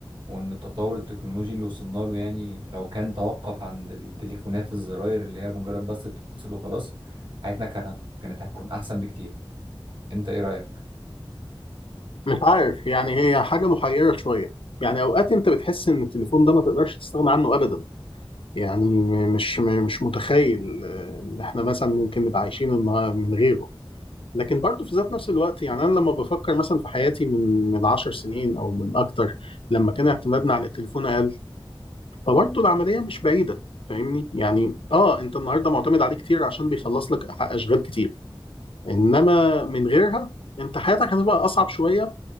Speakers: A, on the right; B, on the left.
A: وان التطور التكنولوجي اللي وصلنا له يعني لو كان توقف عند التليفونات الزراير اللي هي مجرد بس بتتصل وخلاص حياتنا كانت كانت هتكون احسن بكتير انت ايه رايك
B: مش عارف يعني هي حاجة محيرة شوية يعني أوقات أنت بتحس إن التليفون ده ما تقدرش تستغنى عنه أبدا يعني م- مش م- مش متخيل آه، إن إحنا مثلا ممكن نبقى عايشين النهار- من غيره لكن برضه في ذات نفس الوقت يعني أنا لما بفكر مثلا في حياتي من من 10 سنين أو من أكتر لما كان اعتمادنا على التليفون أقل فبرضه العملية مش بعيدة فاهمني يعني اه انت النهارده معتمد عليه كتير عشان بيخلص لك اشغال كتير انما من غيرها انت حياتك هتبقى اصعب شويه